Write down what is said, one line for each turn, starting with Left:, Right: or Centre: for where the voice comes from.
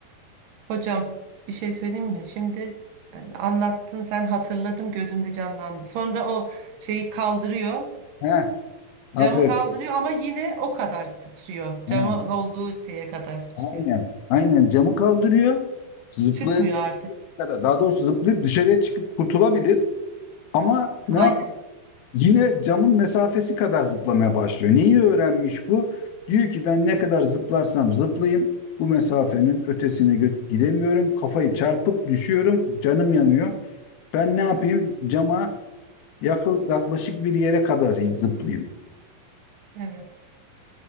Right: Hocam bir şey söyleyeyim mi? Şimdi hani anlattın sen hatırladım gözümde canlandı. Sonra o şeyi kaldırıyor.
Left: Heh, aferin.
Right: Camı kaldırıyor ama yine o kadar sıçrıyor. Camın
Left: Ha.
Right: olduğu şeye kadar sıçrıyor.
Left: Aynen. Aynen camı kaldırıyor. Zıplayabilir
Right: Çıkmıyor artık.
Left: kadar. Daha doğrusu zıplayıp dışarıya çıkıp kurtulabilir. Ama ne
Right: Aynen.
Left: yapıyor? Yine camın mesafesi kadar zıplamaya başlıyor. Neyi öğrenmiş bu? Diyor ki ben ne kadar zıplarsam zıplayayım bu mesafenin ötesine gö- gidemiyorum. Kafayı çarpıp düşüyorum. Canım yanıyor. Ben ne yapayım? Cama yakıl, yaklaşık bir yere kadar zıplayayım.
Right: Evet.